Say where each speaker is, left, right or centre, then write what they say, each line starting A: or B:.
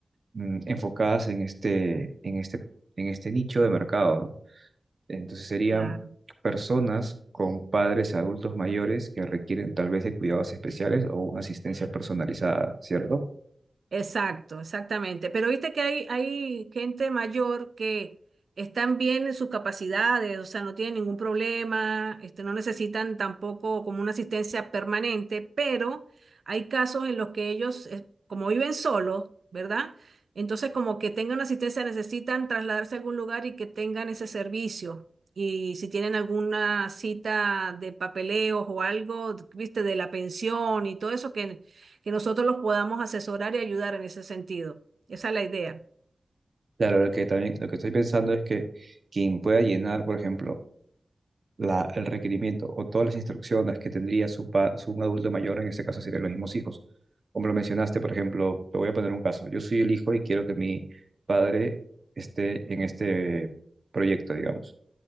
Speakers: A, on the right (about 50°); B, on the right (about 75°).
A: mm, enfocadas en este, en este, en este nicho de mercado, ¿no? Entonces serían
B: Claro.
A: personas con padres adultos mayores que requieren tal vez de cuidados especiales o una asistencia personalizada, ¿cierto?
B: Exacto, exactamente. Pero viste que hay, hay gente mayor que están bien en sus capacidades, o sea, no tienen ningún problema, este, no necesitan tampoco como una asistencia permanente, pero hay casos en los que ellos, eh, como viven solos, ¿verdad? Entonces, como que tengan una asistencia, necesitan trasladarse a algún lugar y que tengan ese servicio. Y si tienen alguna cita de papeleos o algo, viste, de la pensión y todo eso que que nosotros los podamos asesorar y ayudar en ese sentido. Esa es la idea.
A: Claro, lo que también lo que estoy pensando es que quien pueda llenar, por ejemplo, la, el requerimiento o todas las instrucciones que tendría su, pa- su un adulto mayor, en este caso serían los mismos hijos. Como lo mencionaste, por ejemplo, te voy a poner un caso. Yo soy el hijo y quiero que mi padre esté en este proyecto, digamos.